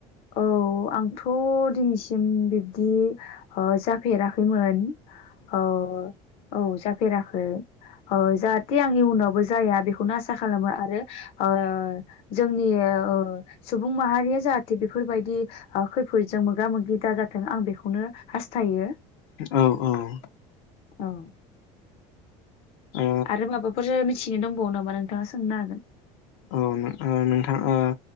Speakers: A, on the left; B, on the left.
A: औ आंथ दिनैसिम बिब्दि ओ जाफेराखैमोन। औ औ जा फेराखै ओ जाहाथे आं इयुनावबो जाया बे बेखौनो आसा खालामो आरो ओ जोंनि ओ सुबुं माहारिया जाहा थे बेफोरबायदि ओ खैफोदजों मोगा मोगि दाजाथों आं बेखौनो हास्थायो।
B: औ औ
A: औ
B: ओ
A: आरो माबाफोर मि थिनो दंबावो नामा नोंथांङा सोंनो हागोन।
B: औ नों नोंथां ओ